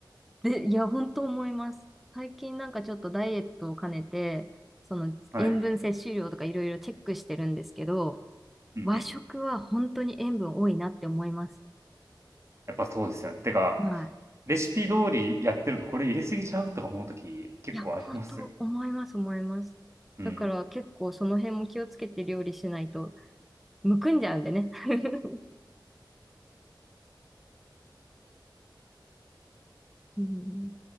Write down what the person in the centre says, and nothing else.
で、いや、本当思います。最近なんかちょっとダイエットを兼ねて、その塩分摂取量とかいろいろチェックしてるんですけど、
和食は本当に塩分多いなって思います。
はい。
いや、本当思います、思います。
だから結構その辺も気をつけて料理しないと、むくんじゃうんでね。<laughs> うん